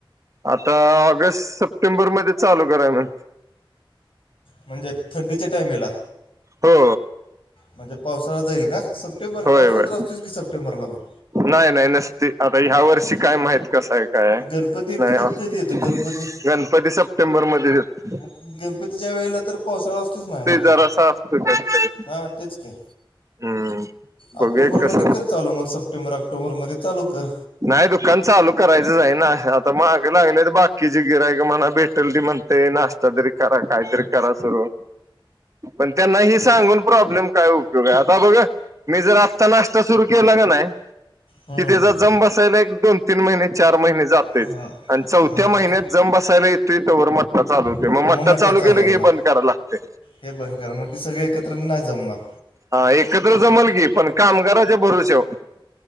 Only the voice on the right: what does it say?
आता ऑगस्ट सप्टेंबर मध्ये चालू कराय म्हण
हो
होय
होय
नाही नाही नसती आता ह्या वर्षी काय माहिती. कसं आहे काय आहे
नाही
गणपती सप्टेंबर मध्ये येत.
जरासा असतो काहीतरी
हम्म बघूया
कस
नाही दुखन चालू करायचं जाई ना आता महाग लागले तर बाग. ककी ज गिराय का म्हणा भेटल त म्हणते नाश्ता तरी करा काहीतरी करा सुरू पण त्यांना ह सांगून प्रॉब्लेम काय उपयोग आहे आता बघ मी जर नाश्ता सुरू केला ग नाही
कि त्याचा जम बसायला एक दोन तीन महिने चार महिने
चौ्या
मन्यात
ज बेतट
चालगलू
के
ब करा लागते.
हा एकत्र जमल की पण कामगाराच्या भरसेव